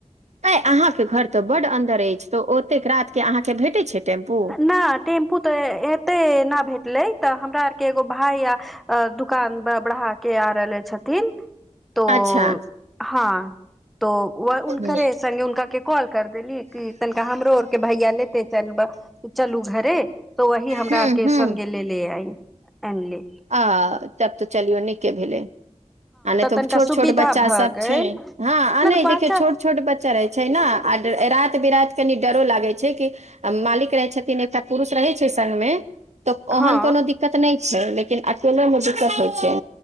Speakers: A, on the right (about 70°); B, in the centre.
A: तें अहाँके घर तऽ बड्ड अंन्दर अछि तऽ ओतेक रात के अहाँके भेटैत छै टेम्पू
B: न टेम्पू तऽ एेतै न भेटलै तऽ हमरा आर के एगो भाय य दुकान बढ़ा के आ रहले छथिन तो
A: अच्छा
B: हँ। तो व उनक
A: हूँ
B: रहे संगे उनका कॉल कर देली कि तनिका हमरो आर के भैया लेते चल ब चलू घरे। तऽ वही हमरा
A: हूँ
B: आर के
A: हूँ
B: सङ्े लेले आइ। एनली।
A: आ तब तऽ चलियौ नहि के भेलै। आ नहि तऽ
B: तनिका
A: छोट
B: सुविधा
A: छोट बच्चा
B: भऽ
A: सब
B: गेल
A: छै हँ आ नहि
B: तऽ बच्चा
A: देखियौ छोट छोट बच्चा रहै छै ने आ रति बिरात कनि डरो लागै छै कि मालिक रहै छथिन एकटा पुरुष रहै छै संग में तऽ
B: हँ
A: ओहन कोनो दिक्कत नहि। ह। लेकिन अकेले मे दिक्कत होइ छै।